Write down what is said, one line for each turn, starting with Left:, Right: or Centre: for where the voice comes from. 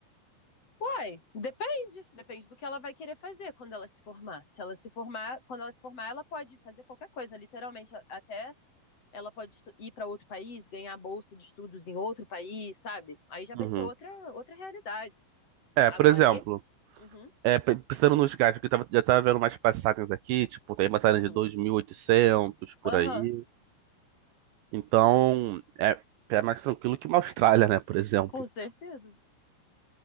Left: Uai, depende. Depende do que ela vai querer fazer quando ela se formar. Se ela se formar, quando ela se formar, ela pode fazer qualquer coisa, literalmente. a- Até ela pode estu- ir para outro país, ganhar bolsa de estudos em outro país, sabe? Aí já
Right: Uhum.
Left: vai ser outra, outra realidade.
Right: É,
Left: Agora,
Right: por exemplo,
Left: esse. Uhum,
Right: é, pe- pensando nos gastos, que eu tava- já estava vendo umas passagens aqui, tipo, tem passagem
Left: uhum.
Right: de 2.800 por
Left: Aham,
Right: aí. Então, é, é mais tranquilo que uma Austrália, né, por exemplo,
Left: com certeza.